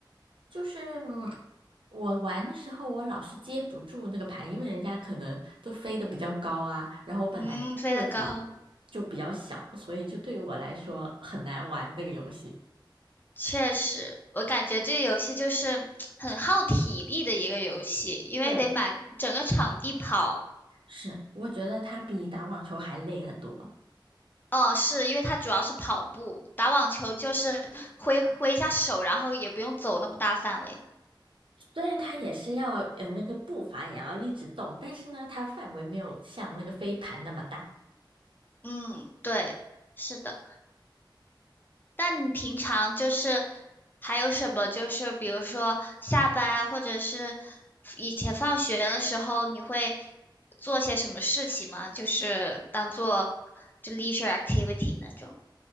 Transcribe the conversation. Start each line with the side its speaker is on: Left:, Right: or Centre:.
Right: 就是嗯，我玩的时候我老是接不住那个盘，因为人家可能都飞得比较高啊，然后我本来个子
Left: 嗯，飞得高，
Right: 就比较小，所以就对于我来说很难玩那个游戏。
Left: 确实，我感觉这个游戏就是很耗体力的一个游戏，因为得满整个场地跑。
Right: 对，是，我觉得它比打网球还累很多。
Left: 哦，是因为它主要是跑步，打网球就是挥挥一下手，然后也不用走那么大范围。
Right: 虽然它也是要呃那个步伐也要一直动，但是呢，它范围没有像那个飞盘那么大。
Left: 嗯，对，是的。那你平常就是还有什么？就是比如说下班啊，或者是以前放学的时候，你会做些什么事情吗？就是当做就 leisure activity 那种。